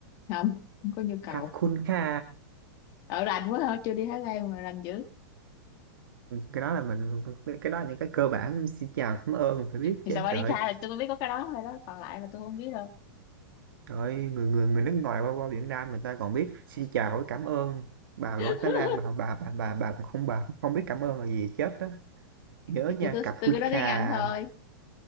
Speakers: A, on the left (about 40°); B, on the right (about 85°).
A: không không có nhu cầu
B: Kapkunka
A: ở rành quá hả chưa đi Thái Lan mà rành dữ
B: cái đó là mình cái cái đó là những cái cơ bản xin chào cảm ơn mình phải biết
A: thì
B: chứ
A: sao
B: trời
A: đi Kha là tôi cũng biết có cái đó thôi đó còn lại là tôi không biết đâu
B: trời người người người nước ngoài qua qua Việt Nam người ta còn biết xin chào với cảm ơn bà
A: <laughs>
B: bà Thái Lan bà bà bà bà bà còn không bà không biết cảm ơn là gì chết đó nhớ
A: thì
B: nha
A: tôi cứ
B: Kapkunka
A: tôi cứ nói tiếng Anh thôi